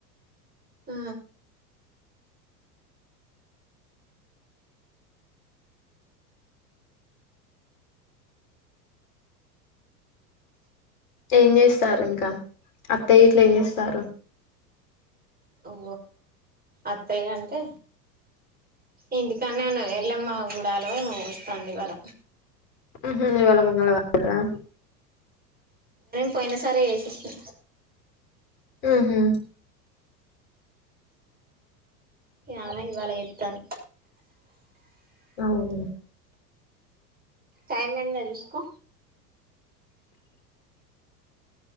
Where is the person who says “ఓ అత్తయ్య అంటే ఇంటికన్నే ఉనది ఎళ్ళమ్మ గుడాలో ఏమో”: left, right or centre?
Right